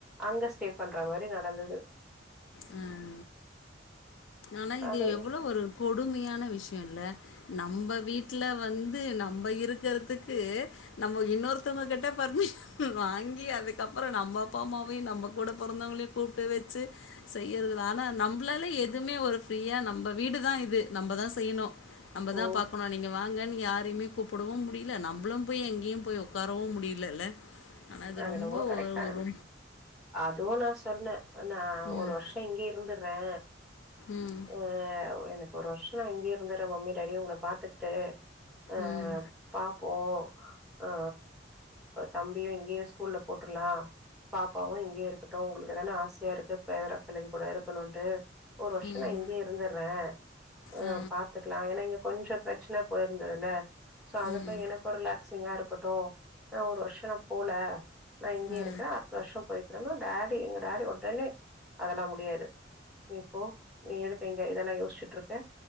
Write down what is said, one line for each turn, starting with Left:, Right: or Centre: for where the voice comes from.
Centre: அங்க ஸ்டே பண்ற மாரி நடந்தது
Left: ம் ஆனா இது
Centre: அது
Left: எவ்ளோ ஒரு கொடுமையான விஷ்யோல்ல நம்ப வீட் ட்ல வந்து நம்ம இருக்கறதுக்கு நம்ம இன்னொருத்தவங்க கிட்ட பர்மிஷன் வாங்கி அதுக்கப்புறோ நம்ம அப்பா அம்மாவையு நம்ம கூட பொறந்தவங்களையு கூப்ட்டு வெச்சு செய்யறதுனால நம்மளாலே எதுமே ஒரு ஃப்ரீயா நம்ப வீடுதா இது நம்பதா செய்யணு நம்ம
Centre: ஓ
Left: தா பாக்கணு நீங்க வாங்கன் யாரையுமே கூப்புடவு முடில நம்பளு போய் எங்கேயு போய் உக்காரவு முடிலல்ல ஆனா இது
Centre: அது
Left: ரொம்ப
Centre: என்னமோ கரெக்ட்
Left: ஒர்
Centre: தா
Left: ஒரு
Centre: அதுவு நா சொன்னே நா
Left: ம்
Centre: ஒரு வருஷோ இங்கயே இருந்துட்றே
Left: ம்
Centre: ஆ எனக்கு ஒரு வருஷோ நா இங்கயே இருந்தட்றே மம்மி டேடி உங்கள பாத்துக்ட்டு அ
Left: ம்
Centre: பாப்போ அ தம்பியு இங்கயே ஸ்கூல்ல போட்ருலா பாப்பாவு இங்கயே இருக்ட்டு உங்குளுக்கு தானே ஆசையா இருக்கு பேரப்பிள்ளைங் கூட இருக்கணுன்ட்டு ஒரு வருஷ
Left: ம்
Centre: நா இங்கயே இருந்தட்றே அ
Left: ஆ
Centre: பாத்துக்லா ஏனா இங்க கொஞ்ச பிரச்சன போயிருந்ததுல்ல சோ அதுக்கு
Left: ம்
Centre: எனக்கு ரிலாக் ஸ்சிங்கா இருக்கட்டு நா ஒரு வருஷோ நா போல நா இங்கயே
Left: ஆ
Centre: இருக்கறே அ த்த வருஷோ போய்க்றனா டாடி எங்க டாடி ஒடனே அதெல்லா முடியாது நீ போ நீ எதுக் இங்க இதெல்லா யோஸ்சிட் இருக்க